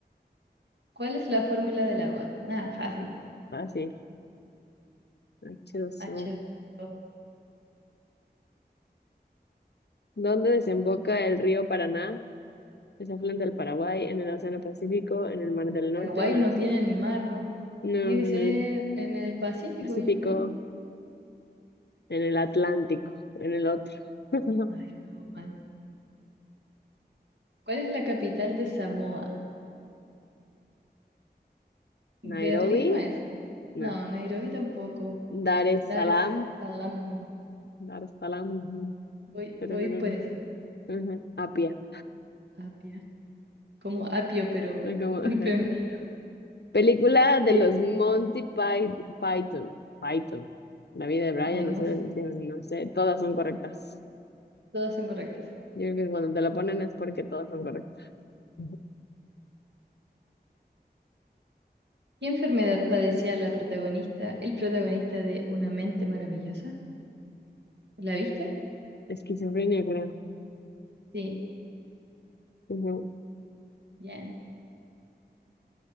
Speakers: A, on the right (about 80°); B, on the left (about 75°).
A: ¿Cuál es la fórmula del agua? Nada, fácil.
B: Fácil, machoso.
A: H. dos o
B: ¿Dónde desemboca el río Paraná? Es afluente del Paraguay, en el Océano Pacífico, en
A: Mm.
B: el Mar del Norte,
A: Paraguay
B: en el
A: no
B: Océano-
A: tiene ni mar, ¿no?
B: No,
A: Tiene que
B: en
A: ser
B: el
A: en el Pacífico,
B: Pacífico,
A: yo creo.
B: en el Atlántico, en el otro. <laughs>
A: Ay, estamos mal. ¿Cuál es la capital de Samoa?
B: Nairobi.
A: Berlín no es.
B: No.
A: No, Nairobi tampoco.
B: Dar es
A: Dar
B: salam.
A: es Salaam.
B: Dar es salam. ujú,
A: Voy,
B: tarararán,
A: voy por esa.
B: ajá, Apia.
A: Apia. Como apio, pero
B: Es como,
A: <laughs>
B: ajá.
A: femenino.
B: Película de
A: Fel-
B: los Monty Pyth- Python. Python. La vida de Brian,
A: Ay, no
B: no sé,
A: sé.
B: no sé, todas son correctas.
A: Todas son correctas.
B: Yo creo que cuando te la ponen es porque todas son correctas. Ujú.
A: ¿Qué enfermedad padecía la protagonista, el protagonista de Una mente maravillosa? ¿La viste?
B: Esquizofrenia, creo.
A: Sí,
B: Ujú.
A: bien.